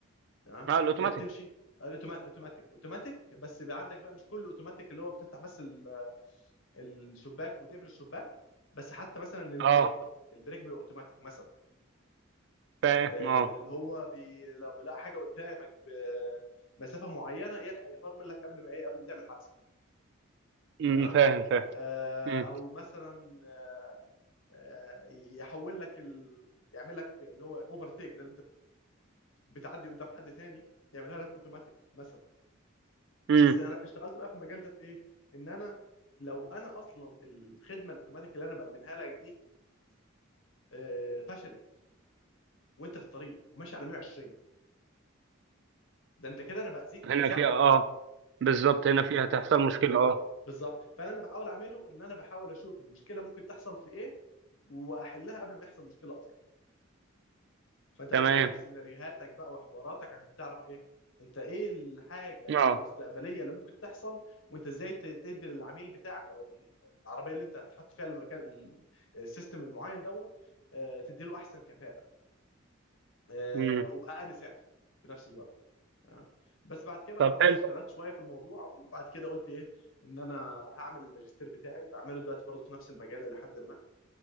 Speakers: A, on the left; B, on the right.
A: تمام
B: اه الاوتوماتيك
A: اللي هي بتمشي اوتوماتيك اوتوماتيك بس بيبقى عندك بقى مش كله اوتوماتيك اللي هو بتفتح بس ال- الشباك وتقفل الشباك بس حتى مثلا للبريك
B: اه
A: البريك بيبقى اوتوماتيك مثلا
B: فاهم
A: آه،
B: اه
A: اللي هو بي... لما بيلاقي حاجه قدامك بمسافه معينه يلحق يفرمل لك قبل ما ايه قبل ما تعمل حادثه
B: أمم،
A: تمام
B: فاهم فاهم
A: آه،
B: أمم،
A: او مثلا آه، آه، يحول لك ال... يعمل لك اللي هو اوفر تيك ده اللي انت بتعدي قدام حد تاني يعملها لك اوتوماتيك مثلا
B: أمم.
A: بس انا اشتغلت بقى في المجال ده في ايه ان انا لو انا اصلا الخدمه الاوتوماتيك اللي انا بقدمها لك دي آه، فشلت وانت في الطريق وماشي على 120 ده انت كده انا باذيك مش
B: هنا
A: بساعدك
B: فيها اه بالظبط هنا فيها
A: <laughs>
B: تحصل مشكلة اه
A: بالظبط فانا اللي بحاول اعمله ان انا بحاول اشوف المشكله ممكن تحصل في ايه واحلها قبل ما يحصل مشكله اصلا فانت
B: تمام
A: بقى بتعمل سيناريوهاتك بقى وحواراتك عشان تعرف ايه انت ايه الحاجه
B: اه
A: المستقبليه اللي ممكن تحصل وانت ازاي ت- تدي للعميل بتاعك او العربيه اللي انت هتحط فيها المكان ال- السيستم المعين دوت آه، تدي له احسن كفاءه آه،
B: أمم.
A: وباقل سعر في نفس الوقت اه بس بعد كده بقى
B: طب
A: خلاص
B: حلو
A: اشتغلت شويه في الموضوع وبعد كده قلت ايه ان انا هعمل الماجستير بتاعي بعمله دلوقتي برضه في نفس المجال الى حد ما